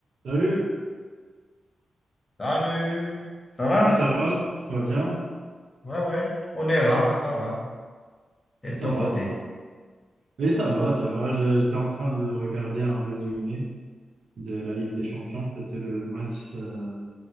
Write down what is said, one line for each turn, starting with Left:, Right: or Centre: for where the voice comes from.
Right: Salut,
Left: Salut! Ça va?
Right: ça va? Tu vas bien?
Left: Ouais, ouais, on est là, ça va. Et de
Right: Ça
Left: ton
Right: va.
Left: côté?
Right: Oui, ça va, ça va. Je- J'étais en train de regarder un résumé de la Ligue des Champions. C'était le match, euh,